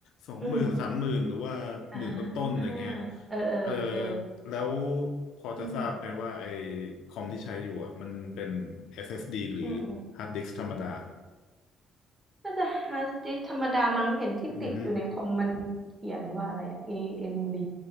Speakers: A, on the left; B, on the right.
A: สองหมื่นสามหมื่นหรือว่าหมื่นต้นๆอย่างเงี้ย
B: อืมอ่าเออเออเออ
A: เออแล้วพอจะทราบไหมว่าไอ้
B: อืม
A: คอมที่ใช้อยู่อ่ะมันเป็น SSD หรือ
B: อืมอืม
A: ฮาร์ดดิสก์ธรรมดา
B: น่าจะฮาร์ดดิสก์ธรรมดามั้งเห็นที่ติดอยู่ในคอมมันเขียนว่าอะไรอะ
A: อือฮึ
B: AMD